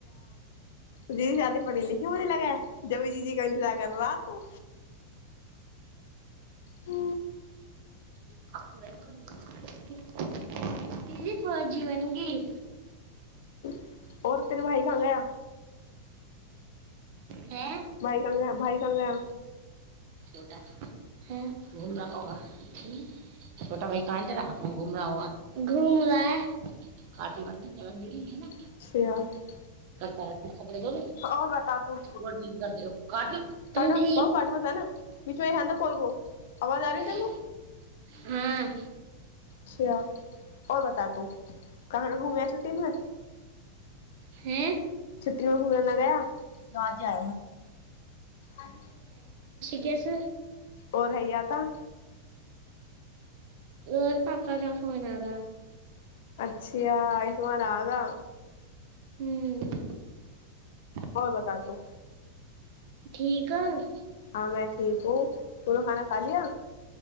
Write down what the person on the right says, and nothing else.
<unintelligible> की को जीवन गी।
है
छ ह घूम रह होगा छोटा भइ कहान दे रह घूम रहा होगा घूम रहा है। कटी बार तली है।
करता रह कपे धोने
मर्ी करट
त ठ
ह।
हँ।
हँ।
केस।
ओर पापा क फोन आार।
ह्म।
ठीकीक ह।